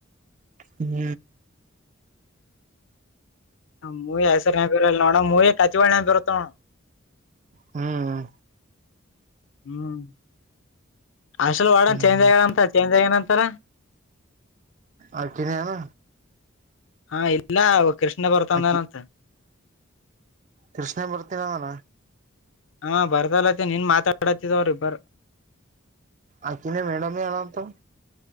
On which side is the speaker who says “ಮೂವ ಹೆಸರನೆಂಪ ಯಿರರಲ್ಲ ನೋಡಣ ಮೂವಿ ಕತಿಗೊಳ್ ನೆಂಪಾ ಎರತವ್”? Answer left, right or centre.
Left